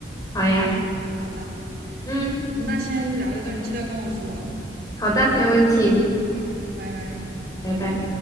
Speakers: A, on the left; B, on the right.
A: 好呀，
B: 好的，
A: 嗯，
B: 那先聊到这儿，你记得跟我说。
A: 好的，没问题，
B: 好，拜拜。
A: 拜拜。